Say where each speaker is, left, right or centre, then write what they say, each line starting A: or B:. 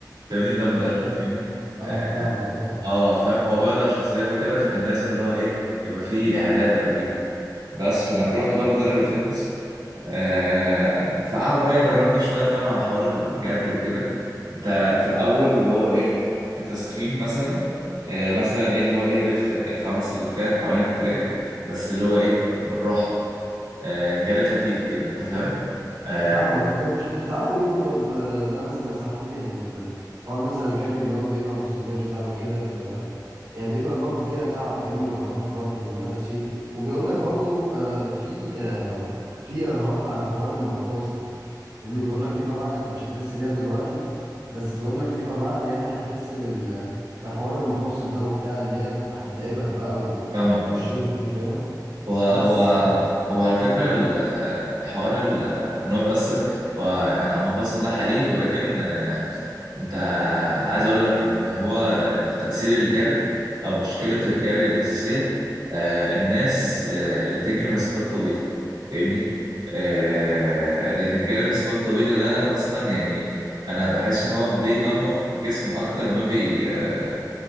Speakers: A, on the right; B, on the right.
A: فاهمني ده مدرب
B: حلو.
A: فاهمني
B: اه
A: اه
B: فاهمك اه
A: آه، فاهم هو برضه عشان سباق وكده فكان لازم اللي هو ايه يبقى فيه اعداد قبليها بس فانا رحت بقى المدرب الفتنس آه فقعد بقى يدربني شويه فاهم على حوار الجري وكده انت في الاول اللي هو ايه التسخين مثلا آه مثلا ايه اللي هو ايه لف آه، خمس لفات حوالين التراك بس اللي هو ايه بالراحه آه جري خفيف كده انت فاهم آه
B: فاهمك أه، طب مش بتتعبوا منه طب آه، ده مثلا يا صاحبي يعني الحوار مثلا الجري اللي هو بيبقى مستمر ده وكده ب- يعني بيبقى برضو فيها تعب فاهمني وارهاق برضو والنفس فيه وبيقول لك برضو آه، في آه، في ارهاق على حوار المفاصل فاهمني بيقول لك فيما بعد انت مش هتحس بيها دلوقتي بس بيقول لك فيما بعد يعني هتحس بال بحوار المفاصل ده وبتاع اللي هي هتتعبك بقى و...
A: فاهم
B: والشغل دي فاهم
A: هو هو
B: بس
A: هو على فكرة ال- الحوار ال- ان هو بيأثر هو على المفاصل ده حقيقي ولكن آه، انت عايز اقول لك ان هو التأثير الجري او مشكلة الجري الأساسية آه، الناس آه، اللي بتجري مسافات طويلة فاهمني؟ آه، لأن الجري المسافات الطويلة ده أصلا يعني أنا بحس إن هو بيدمر الجسم أكتر ما بي آه،